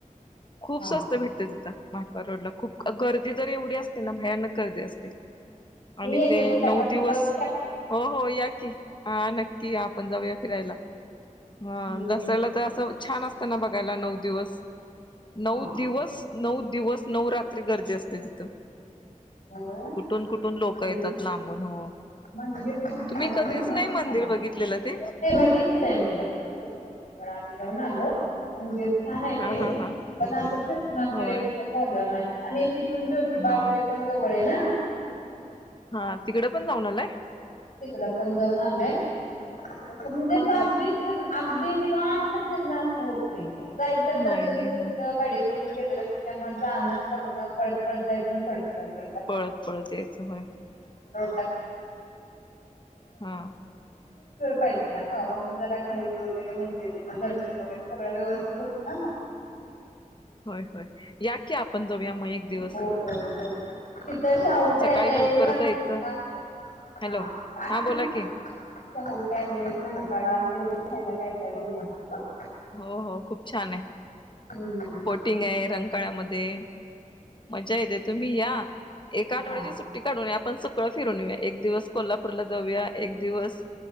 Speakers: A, on the left; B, on the left.
A: खूप
B: हा
A: स्वस्त भेटत तिथं महादवार रोडला खूप गर्दी तर एवढी असते ना भयानक गर्दीे असते
B: मी
A: आणि
B: येते
A: ते
B: तुझ्याकडे
A: नऊ दिवस..
B: जाऊया.
A: हो हो या की हा नक्की आपण जाऊया फिरायला. हा
B: हम्म
A: दसऱ्याला तर असं छान असतना बघायला नऊ दिवस नऊ
B: हां,
A: दिवस. नऊ दिवस नऊ रात्री गर्दी असते तिथं.
B: होय.
A: कुठून कुठून लोक
B: खरं.
A: येतात लांबून हो.
B: म्हणजे खूप
A: तुम्ही
B: छान
A: कधीच
B: आहे म
A: नाही
B: मस्त
A: मंदिर बघितलेलं ते
B: बघितलं नाही मी <unintelligible> पन आम्ही जाऊन आलो. छान आहे
A: हा
B: ते
A: हा हा
B: पण असं फिरण वगैरे
A: होय
B: कुठ झालं नाही आणि ति ज्योतिबा
A: हा
B: वगैरे पण जवळ आहे ना.
A: हा तिकड पण जाऊन आलाय.
B: तिकड पण जाऊन आलोय त म्हणजे
A: ह
B: अगदी
A: ह
B: अगदी निवांत फिरण्यास होत नाही जायचं दर्शन
A: नाही नाही
B: घेचं
A: होय
B: गाडी करून. के त्यामुळे जाणं बघणं पळत फळत जायचं आणि पळत पळत..
A: पळत पळत यायचं होय
B: <inaudible> <inaudible> वळ
A: हा
B: पाहिजे ना ग मग मग जरा खरेदी वगैरे मंदिर दर्शन वगैरे सगळं व्यवस्थित होतं ना मग. रिकामा ऑडिओ
A: होय, होय, या की आपण जाऊया, मग एक दिवस.
B: हो हो बरोबर. तिथं शाहू पॅलेस
A: सकाळी लवकर
B: रंकाळा
A: जायचं. हॅलो.
B: हा तिथं आहे
A: हा बोला
B: ना
A: की.
B: शाहू पॅलेस, रंकाळा, असं वगैरे रा्यायला, काय काय बघण्यासारखं.
A: हो हो खूप छान आहे.
B: हम्म,
A: बोटिंग आहे, रंगकाळ्यामध्ये मज्जा येते. तुम्ही या. एका
B: हा
A: आठवड्याची सुट्टी काढून या. आपण सगळं फिरून येऊया, एक दिवस कोल्हापूरला जाऊया. एक दिवस